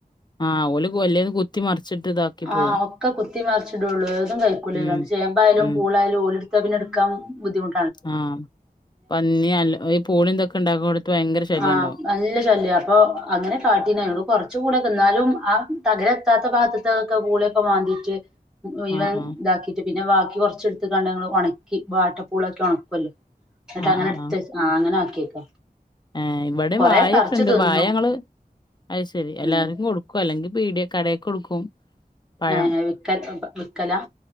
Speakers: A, on the left (about 30°); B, in the centre.
A: ആഹ ഓല് ഗൊല്ലേത് കുത്തി മറിച്ചിട്ട് ഇതാക്കി
B: ആ
A: പോവും
B: ഒക്കെ കുത്തി മറിച്ചിടുയള്ളൂഏതും കഴക്കൂല്ലണ്ട്
A: ഉം
B: ചേമ്പായാലും
A: ഉം
B: പൂളായാലും ഓലടുത്ത പിന്നെ എടുക്കാൻ ബുദ്ധമു
A: ആഹ് പന്നി അല്ല ഈ പൂളി എന്തൊക്കെ ഇണ്ടാക്കുവാടുത് ഭയങ്കര ശല്യം
B: ആഹ്
A: ഉണ്ടാവും
B: നല്ല ശല്യ അപ്പൊ അങ്ങനെ കാട്ടീനൂ കുറച്ച കൂടെ നിന്നാലും ആ തകരെത്താത്ത ഭാഗത്ത് ഇത് അതൊക്കെ പൂളൊക്കെ മാന്തിട്ട് മുഴുവൻ
A: ആഹ് ആഹ്
B: ഇതാക്കി് പിന്നെ ബാക്കി കുറച്ച് എടുത്ത് കണ്ടങ്ങൾ ഉണക്കി വാട്ടപ്പൂളൊക്കെ ഉണക്കല്ലോ എന്നിട്ട്
A: ആഹ്
B: അങ്ങനെ
A: ആഹ്
B: എടുത്ത് ആഹ് അങ്ങനെ ആക്കിയേക്ക
A: ആഹ് ഇവിടെ
B: കൊറെ
A: വായ
B: പറിച്ച്
A: ഒക്കെ ഇണ്ട്
B: തിന്നു
A: വായ ഞങ്ങള് അയ്ശേരി എല്ലാവർക്കും
B: ഉം
A: കൊടുക്കും അല്ലെങ്കിൽ പീടിയ കടയി കൊടുക്കും പഴം
B: ആഹ് ആഹ് വിക്കൽ വിക്കലാ